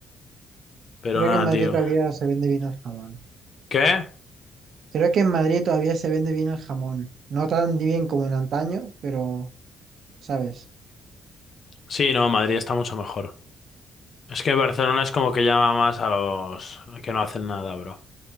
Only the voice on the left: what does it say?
Pero
nada,
tío.
¿Qué?
Sí, no, Madrid está mucho mejor. Es que Barcelona es como que llama más a los que no hacen nada, bro.